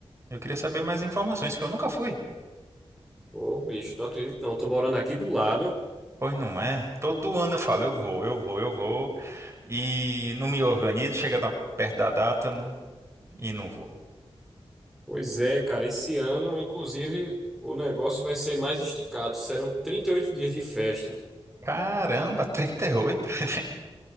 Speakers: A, on the right; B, in the centre.
A: Eu queria saber mais informações, que eu nunca fui.
B: Ô, bicho, não acredito Não, tô morando aqui do lado.
A: Pois não é? Todo ano eu falo, eu vou, eu vou, eu vou. E não me organizo, chega na- perto da data não- e não vou.
B: Pois é, cara. Esse ano, inclusive, o negócio vai ser mais esticado. Serão 38 dias de festa.
A: Caramba, <laughs> 38. <laughs>